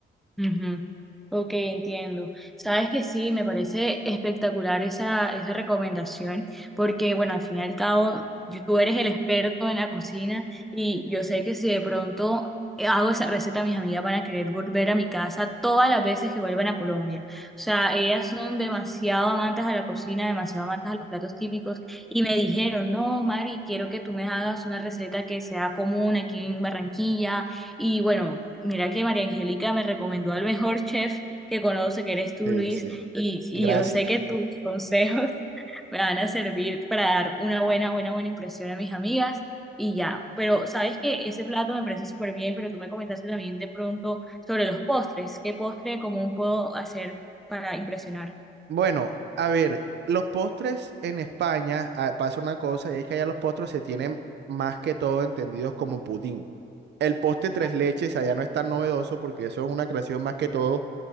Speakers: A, in the centre; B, on the right.
A: ujú. Ok, entiendo. Sabes que sí, me parece espectacular esa, esa recomendación, porque bueno, al fin y al cabo, yo- tú eres el experto en la cocina y yo sé que si de pronto hago esa receta, mis amigas van a querer volver a mi casa todas las veces que vuelvan a Colombia. O sea, ellas son demasiado amantes a la cocina, demasiado amantes a los platos típicos y me dijeron, no, Mari, quiero que tú me hagas una receta que sea común aquí en Barranquilla. Y bueno, mira que María Angélica me recomendó al mejor <laughs> chef que conoce, que eres tú,
B: Sí,
A: Luis,
B: sí,
A: y, y
B: gracias.
A: yo sé que tus consejos <laughs> me van a servir para dar una buena, buena, buena impresión a mis amigas y ya. Pero sabes que ese plato me parece súper bien, pero tú me comentaste también de pronto sobre los postres. ¿Qué postre común puedo hacer para impresionar?
B: Bueno, a ver, los postres en España, ah, pasa una cosa, y es que allá los postres se tienen más que todo entendidos como pudín. El postre tres
A: Ah,
B: leches allá no es tan novedoso porque eso es una creación más que todo